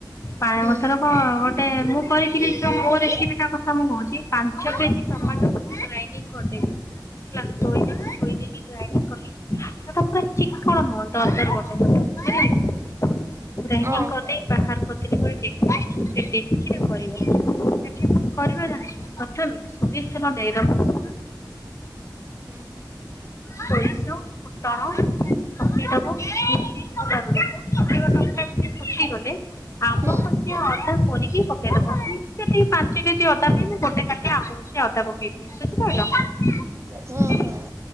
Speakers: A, on the left; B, on the right.
A: ପାନିପତ୍ର
B: ହୁଁ
A: କଣ ଗୋଟେ ମୁଁ କହିଥିଲି ଯୋଉ ମୋର ରେସିପିଟା ତ ମୁଁ କହୁଛି ପାଞ୍ଚ
B: ହୁଁ
A: କେଜି ଟମାଟୋ ମୁଁ ଗ୍ରାଇଣ୍ଡି କରିଦେଲି ହେଲା ଧୋଇଦେବି ଧୋଇଦେଇେକି ଗ୍ରାଇଣ୍ଡି କଲି। ସେଟା ପୁରା ଚିକଣ ହବ ଦର ଦର ବଟା ହେଲା କି। ଗ୍ରାଇଣ୍ଡି
B: ଓହୋ
A: କରି ଦେଇ ବାହାର କରିଦେଲି ପୁରା ସେ ଡେକ୍ଚିରେ କରିବ ସେଠି କଣ କରିବା ଜାଣିଛ? ପ୍ରଥମେ ସୋରିଷ ତେଲ ଦେଇଦବ।
B: ହୁଁ ହୁଁ।
A: ସୋରିଷ ଫୁଟଣ ପକେଇଦବ ହେଇଗଲା ବେଳକୁ ଫୁଟିବ ଟକ ଟାକ। ଫୁଟି ଗଲେ
B: ହୁଁ।
A: ସେ ଅଦା କୋରିକି ପକେଇଦବ। ସେ ପାଞ୍ଚ କେଜି ଅଦା ପାଇଁ ମୁଁ ଗୋଟେ କାଟି ଆମ୍ବ କସିଆ ଅଦା ପକେଇବ। <inaudible>
B: ହୁଁ ହୁଁ